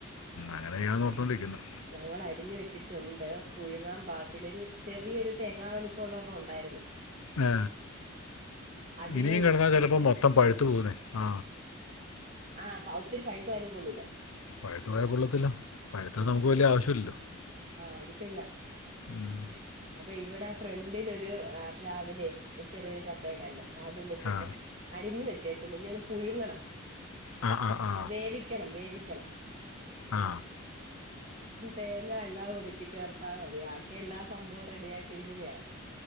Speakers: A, on the left (about 85°); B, on the right (about 35°).
A: അങ്ങനെ ചെയ്യാന്നു ഓർത്തോണ്ടിരിക്കുന്നു
B: ഞങ്ങൾ അരിഞ്ഞു വെച്ചിട്ടുണ്ട് പുഴുങ്ങാൻ പാ ത്തിനൊരു ചെറിയൊരു തേങ്ങ വലിപ്പ ഉള്ള ഒരെണ്ണം ഉണ്ടായിരുന്നു
A: ആ
B: അതിനെ
A: ഇനിയും കിടന്നാ
B: ഇട്ടിട്ട്
A: ചിലപ്പോ മൊത്തം പഴുത്തു പോകുന്നേ ആ
B: ആ പൗ ഒത്തിരി പഴുത്തു പോയാലും കൊള്ളൂല
A: പഴുത്ത് പോയാൽ കൊള്ളത്തില്ല പഴുത്ത നമുക്ക് വലിയ ആവശ്യമില്ലല്ലോ
B: ആ അത് ശരിയാ
A: ഉം
B: അപ്പൊ ഇവിടെ ഫ്രണ്ടിലൊരു പ്ലാവില് ചെറിയൊരു ചക്ക ഉണ്ടായിരുന്നു അതിന്ന് ഇട്ടിട്ട്
A: ആ
B: അരിഞ് വെച്ചേ <unintelligible> പുഴുങ്ങണം
A: ആ ആ ആ ആ
B: വേവിക്കണം വേവി <unintelligible>
A: ആ
B: തേങ്ങ എല്ലാം ഒതുക്കി ചേർത്താൽ മതി ബാക്കിയെല്ലാം സംഭവം റെഡിയാറ്റിട്ടിരിക്കുന്നെയാ